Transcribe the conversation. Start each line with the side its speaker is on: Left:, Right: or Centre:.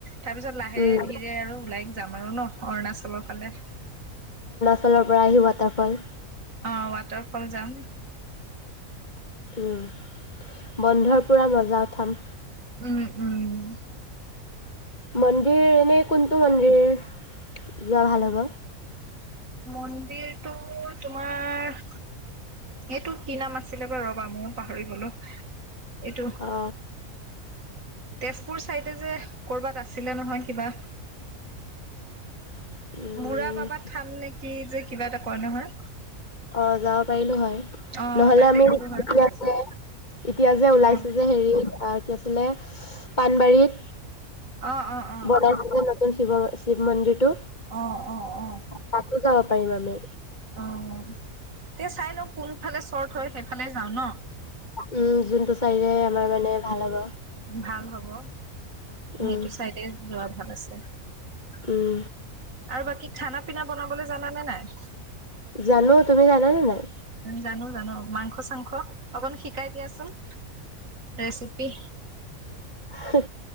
Right: তাৰপিছত লাহে-ধীৰে
Left: উম
Right: আৰু ওলাই যাম আৰু ন', অৰুণাচলৰ ফালে।
Left: তলৰ পৰা আহি ৱাটাৰফল
Right: অ' ৱাটাৰফল যাম।
Left: উম । বন্ধৰ পুৰা মজা উঠাম।
Right: উম - উম।
Left: মন্দিৰ এনে কোনটো মন্দিৰ যোৱা ভাল হ'ব?
Right: মন্ দিৰটো তোমাৰ এইটো কি নাম আছিলে বাৰু, ৰ'বা ম‌য়ো পাহৰি গলোঁ। এইটো
Left: অ
Right: তেজপুৰ ছাইডে যে কৰ'বাত আছিলে নহয়, কিবা?
Left: উম।
Right: বুঢ়া বাবা থান নে কি যে কিবা এটা কয় নহয়
Left: অ' যাব পাৰিলোঁ হয় ।
Right: অ
Left: নহলে
Right: তাতে
Left: আমি
Right: গ'লো হয়
Left: এতিয়া যে- এতিয়া যে ওলাইছোঁ
Right: অ
Left: যে হেৰিত অ'- কি আছি লে পানবাৰীত।
Right: অ অ অ
Left: গণেশ কো নতুন শিৱ শিৱ মন্দিৰ। তো,
Right: অ অ
Left: তাতো যাৱ পাৰি মানে।
Right: অ' । এ চাই লওঁ। কোনফালে শ্ব'ৰ্ট হয়, সেইফালে যাওঁ ন'?
Left: উম, যোনটো ছাইডে আমাৰ মানে ভাল হ'ব,
Right: ভাল হ'ব
Left: উম।
Right: সেইটো চাইডে যোৱা ভাল আছে।
Left: উম
Right: আৰু বাকী খানা পিনা বনাবলৈ জানানে নাই,
Left: জানো তুমি জানানে নাই
Right: জানো জানো মাংস চাংস অকন শিকাই দিয়াচোন, ৰেচিপি।
Left: সে